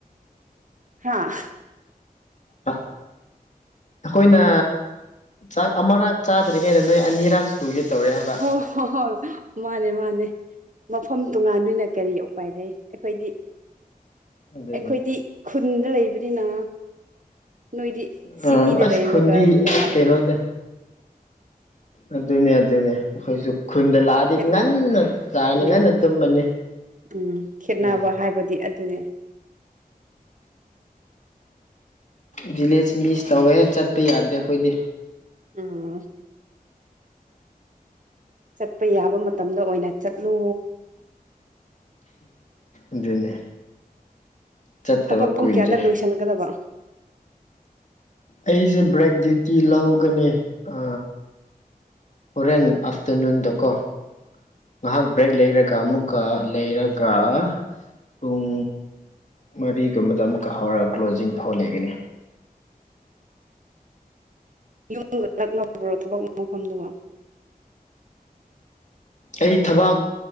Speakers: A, on the right (about 55°); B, on the left (about 50°).
A: ꯍꯥꯥ
B: ꯑ ꯑꯩꯈꯣꯏꯅ ꯆꯥꯛ ꯑꯃꯔꯛ ꯆꯥꯗ꯭ꯔꯤꯉꯩꯗ ꯅꯣꯏ ꯑꯅꯤꯔꯛ ꯁꯨꯒꯦ ꯇꯧꯔꯦ ꯍꯥꯏꯕ
A: ꯍꫭ ꯍꯣ ꯍꯣꯏ ꯃꯥꯅꯦ ꯃꯥꯅꯦ ꯃꯐꯝ ꯇꯣꯉꯥꯟꯕꯤꯅ ꯀꯔꯤ ꯎꯄꯥꯏ ꯂꯩ ꯑꯩꯈꯣꯏꯗꯤ
B: ꯑꯗꯨꯅꯤ
A: ꯑꯩꯈꯣꯏꯗꯤ ꯈꯨꯟꯗ ꯂꯩꯕ ꯗꯨꯏꯅꫭ ꯅꯣꯏꯗꯤ ꯁꯤꯇꯤꯗ
B: ꯎꯝ ꯑꯁ
A: ꯂꯩꯔꯒ
B: ꯈꯨꯟꯗꯤ
A: ꯇꯣꯉꯥꯂꯤꯅ
B: ꯀꯩꯅꯣꯗ ꯑꯗꯨꯅꯦ ꯑꯗꯨꯅꯦ ꯑꯩꯈꯣꯏꯁꯨ ꯈꯨꯟꯗ ꯂꯥꯛꯑꯗꯤ
A: ꯈꯦꯠꯅꯕ
B: ꯉꯟꯅ ꯆꯥꯅꯤ
A: ꯎꯝ
B: ꯉꯟꯅ
A: ꯎꯝ
B: ꯇꯨꯝꯃꯅꯤ
A: ꯎꯝ ꯈꯦꯠꯅꯕ
B: ꯑ
A: ꯍꯥꯏꯕꯗꯤ ꯑꯗꯨꯅꯦ
B: ꯚꯤꯂꯦꯖ ꯃꯤꯁ ꯇꯧꯋꯦ ꯆꯠꯄ ꯌꯥꯗ꯭ꯔꯦ ꯑꯩꯈꯣꯏꯗꯤ
A: ꯎꯝ ꯆꯠꯄꯩ ꯌꯥꯕ ꯃꯠ ꯇꯝꯗ ꯑꯣꯏꯅ ꯆꯠꯂꯨ
B: ꯑꯗꯨꯅꯦ ꯆꯠꯇꯕ
A: ꯊꯕꯛ ꯄꯨꯡ
B: ꯀꯨꯏꯔꯦ
A: ꯀꯌꯥꯗ ꯂꯣꯏꯁꯤꯟꯒꯗꯕ
B: ꯑꯩꯁꯦ ꯕ꯭ꯔꯦꯛ ꯗ꯭ꯌꯨꯇꯤ ꯂꯧꯒꯅꯤ ꯑ ꯍꯣꯔꯦꯟ ꯑꯥꯐꯇꯔꯅꯨꯟꯗꯀꯣ ꯉꯥꯏꯍꯥꯛ ꯕ꯭ꯔꯦꯛ ꯂꯩꯔꯒ ꯑꯃꯨꯛꯀ ꯂꯩꯔꯒ ꯄꯨꯡ ꯃꯔꯤꯒꯨꯝꯕꯗ ꯑꯃꯨꯛꯀ ꯍꯧꯔꯒ ꯀ꯭ꯂꯣꯖꯤꯡ ꯐꯥꯎ ꯂꯩꯒꯅꯤ
A: ꯌꯨꯝꯒ ꯅꯛꯅꯕꯔꯕ꯭ꯔꯣ ꯊꯕꯛ ꯃꯐꯝꯗꯨꯒ
B: ꯑꯩ ꯊꯕꯥꯛ